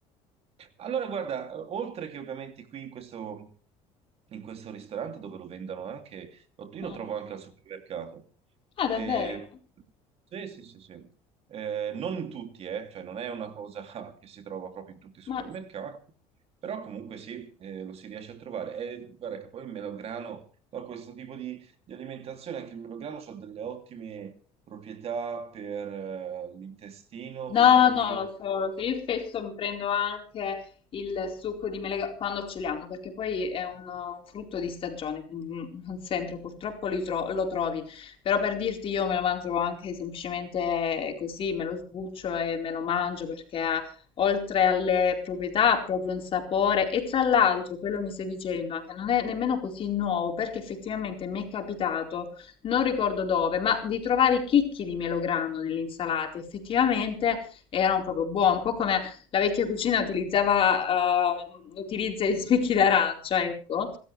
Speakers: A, on the right (about 50°); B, on the left (about 45°).
A: Allora, guarda, oltre che ovviamente qui in questo in questo ristorante dove lo vendono anche, lo- io
B: Ah,
A: lo trovo anche al supermercato.
B: ah,
A: E-
B: davvero?
A: sì, sì, sì, sì. Eh, non in tutti, eh, cioè non è una cosa <laughs> che si trova proprio in tutti i supermercati,
B: Ma
A: però comunque sì, eh, lo si riesce a trovare. E guarda che poi il melograno, no, questo tipo di, di alimentazione, anche il melograno ha delle ottime proprietà per eh, l'intestino,
B: No,
A: per esempio,
B: non lo so, io spesso mi prendo anche il succo di mele quando ce li hanno, perché poi è un, un frutto di stagione, quindi non sempre purtroppo li tro- lo trovi, però per dirti io me lo mangio anche semplicemente così, me lo sbuccio e me lo mangio perché ha, oltre alle proprietà ha proprio un sapore e tra l'altro quello mi stai dicendo anche non è nemmeno così nuovo perché effettivamente mi è capitato non ricordo dove, ma di trovare i chicchi di melograno nell'insalata. Effettivamente erano proprio buone, un po' come la vecchia cucina utilizzava, eh, utilizza gli spicchi d'arancia, ecco.